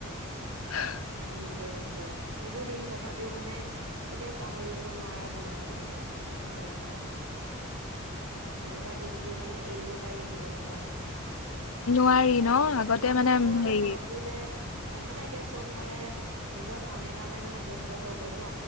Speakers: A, on the left (about 75°); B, on the right (about 80°).
A: হা।
B: কি যে হ'ব। সেইবোৰ দিন তথাপিও মানে কেতিয়াও পাহৰিব নোৱাৰা দিন আৰু সেইবোৰ কি কম আৰু। সেনেকুৱা দিনবোৰ জানো এৰিব পাৰি কেতিয়াবা কোৱাচোন?
A: নোৱাৰি ন আগতে
B: লগৰবোৰলে
A: মানে হেৰি
B: মনত পৰিলে এ মানে এতিয়া চব মানে, নিজৰ কামে কামে মানে ব্যস্ত হৈ গল ন।